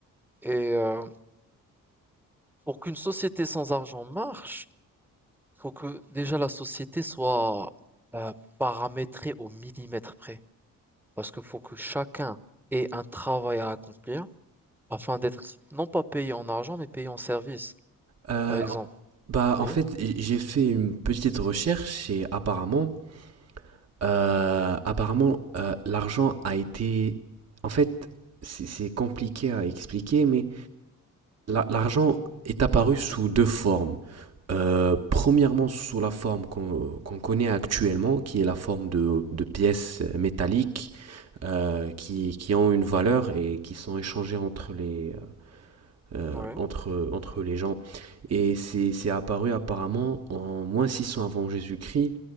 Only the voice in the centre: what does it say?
Et euh, pour qu'une société sans argent marche, faut que déjà la société soit euh, paramétrée au millimètre près parce que faut que chacun ait un travail à accomplir afin d'être non pas payé en argent mais payé en service.
Par exemple,
oui.
Ouais.